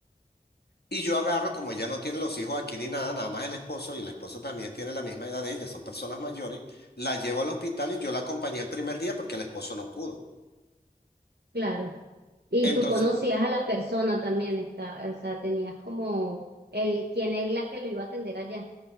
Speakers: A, on the left; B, on the right.
A: Y yo agarro, como ella no tiene los hijos aquí ni nada, nada más el esposo, y el esposo también tiene la misma edad de ella, son personas mayores, la llevo al hospital y yo la acompañé el primer día porque el esposo no pudo.
B: claro. Y
A: Entonces,
B: tú conocías a la persona también, está, o sea, tenías como el, quién es la que lo iba a atender allá.